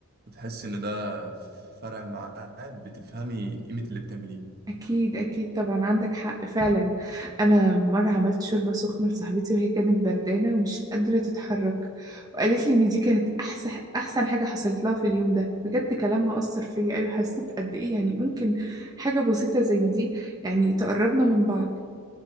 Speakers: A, on the right (about 45°); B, on the right (about 20°).
A: بتحس ان ده فرق معاه بتفهمي قيمة اللي بتعمليه
B: أكيد أكيد طبعا عندك حق فعلا أنا مرة عملت شوربة سخنة لصاحبتي وهي كانت بردانة ومش قادرة تتحرك وقالت لي إن دي كانت أحسن أحسن حاجة حصلت لها في اليوم ده بجد كلامها أثر فيا أيوة حسيت قد إيه يعني ممكن حاجة بسيطة زي دي يعني تقربنا من بعض